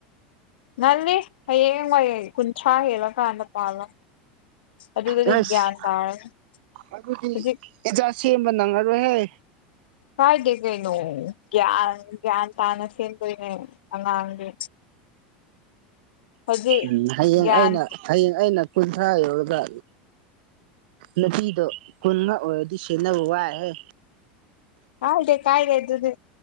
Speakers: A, on the left (about 85°); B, on the right (about 75°).
A: ꯉꯜꯂꯤ ꯍꯌꯦꯡ ꯋꯥꯏ ꯀꯨꯟꯊ꯭ꯔꯥ ꯍꯦꯜꯂ ꯀꯥꯟꯗ ꯄꯥꯜꯂꯣ ꯑꯗꯨꯗꯗꯤ
B: ꯑꯁ
A: ꯒꯌ꯭ꯥꯟ ꯇꯥꯔꯅꯤ
B: ꯑꯗꯨꯗꯤ
A: ꯍꯨꯖꯤꯛ
B: ꯑꯦꯖꯥ ꯁꯦꯝꯕ ꯅꯪꯉꯔꯣꯏꯍꯦ
A: ꯀꯥꯏꯗꯦ ꯀꯩꯅꯣ ꯒ꯭ꯌꯥꯟ ꯒ꯭ꯌꯥꯟ ꯇꯥꯅ ꯁꯦꯝꯗꯣꯏꯅꯦ ꯑꯉꯥꯡꯗꯤ ꯍꯧꯖꯤꯛ
B: ꯎꯝ ꯍꯌꯦꯡ
A: ꯒ꯭ꯌꯥꯟ
B: ꯑꯩꯅ ꯍꯌꯦꯡ ꯑꯩꯅ ꯀꯨꯟꯊ꯭ꯔꯥ ꯌꯧꯔꯒ ꯅꯄꯤꯗꯣ ꯀꯨꯟꯅ ꯑꯣꯏꯔꯗꯤ ꯁꯦꯟꯅꯕ ꯋꯥꯏꯍꯦ
A: ꯀꯥꯏꯗꯦ ꯀꯥꯏꯗꯦ ꯑꯗꯨꯗꯤ